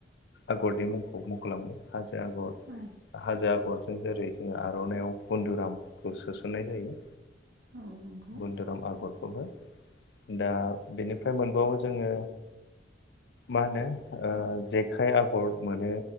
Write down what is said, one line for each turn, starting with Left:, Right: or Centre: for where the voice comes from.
Left: आगरनि मुंखौ मखलांबाय हाजो आगर
Right: औ
Left: हाजो आगरजों जेरै जोङो आर'नायाव बन्दुरामखौ सोसननाय जायो
Right: औ नंगौ
Left: बुन्दुराम आगरखौबो। दा बेनिफ्राय मोनबावो जोङो मा होनो ओ जेखाइ आगर मोनो